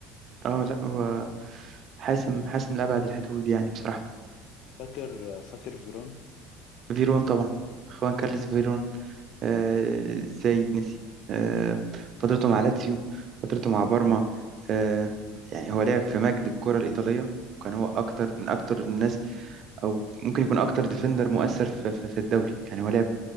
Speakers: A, on the right; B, on the left.
A: اه لا هو حاسم حاسم لأبعد الحدود يعني بصراحة
B: فاكر فاكر فيرون
A: فيرون طبعا خوان كارلس فيرون آه، ازاي يتنسي آه، فترته مع لاتسيو فترته مع بارما آه، يعني هو لعب في مجد الكرة الإيطالية وكان هو أكتر من أكتر الناس أو ممكن يكون أكتر ديفندر مؤثر في, في, في الدوري يعني هو لعب